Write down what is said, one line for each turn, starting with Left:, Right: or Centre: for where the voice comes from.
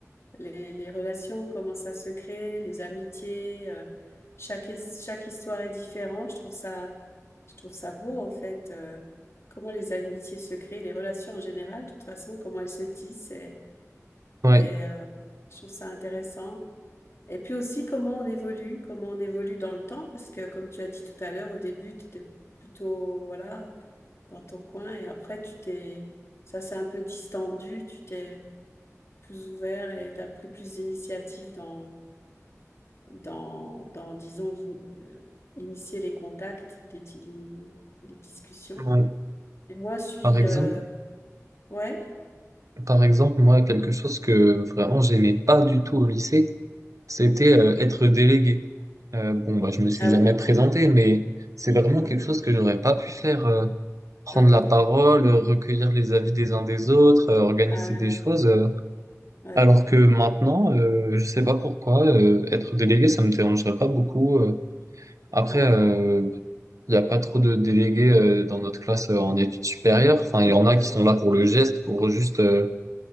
Left: les, les relations, comment ça se crée, les amitiés, euh, chaque, his- chaque histoire est différente. Je trouve ça, je trouve ça beau, en fait, euh, comment les amitiés se créent, les relations en général, de toute façon, comment elles se tissent. Et,
Right: Ouais.
Left: et, euh, je trouve ça intéressant. Et puis aussi, comment on évolue, comment on évolue dans le temps, parce que comme tu as dit tout à l'heure, au début, tu étais plutôt, voilà, dans ton coin, et après, tu t'es, ça s'est un peu distendu, tu t'es plus ouvert et tu as pris plus d'initiatives dans dans, dans disons, euh, initier les contacts, les, di- les- les discussions.
Right: Ouais.
Left: Et moi, je suis...
Right: Par exemple,
Left: euh, ouais?
Right: par exemple, moi, quelque chose que vraiment j'aimais pas du tout au lycée, c'était euh, être délégué. Euh, bon, bah, je me suis
Left: Ah
Right: jamais
Left: oui,
Right: présenté, mais c'est vraiment
Left: <laughs>
Right: quelque chose que j'aurais pas pu faire. euh, prendre
Left: ah
Right: la
Left: oui,
Right: parole, euh, recueillir les avis des uns des autres, euh, organiser
Left: ah
Right: des
Left: oui.
Right: choses. euh,
Left: ouais,
Right: alors que maintenant, euh, je sais pas pourquoi, euh, être délégué, ça me dérangerait pas beaucoup. euh, après,
Left: ouais, ouais.
Right: euh, Il n'y a pas trop de délégués euh, dans notre classe euh, en études supérieures. Enfin, il y en a qui sont là pour le geste, pour juste. euh,